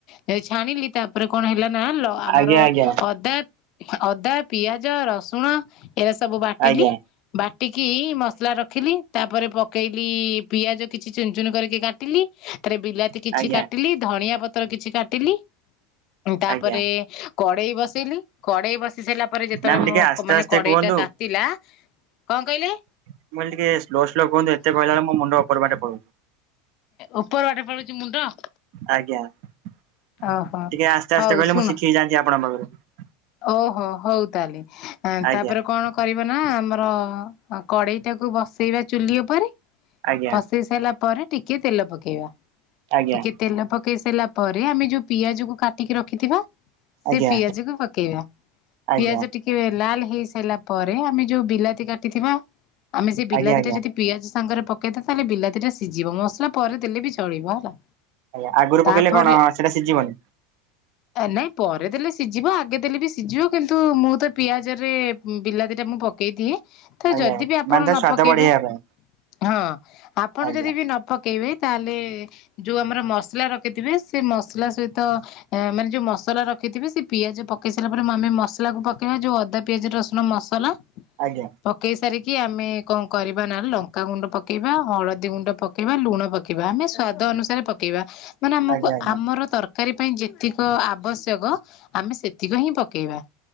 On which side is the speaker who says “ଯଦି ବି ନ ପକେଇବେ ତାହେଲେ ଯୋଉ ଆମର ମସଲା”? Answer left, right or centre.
Left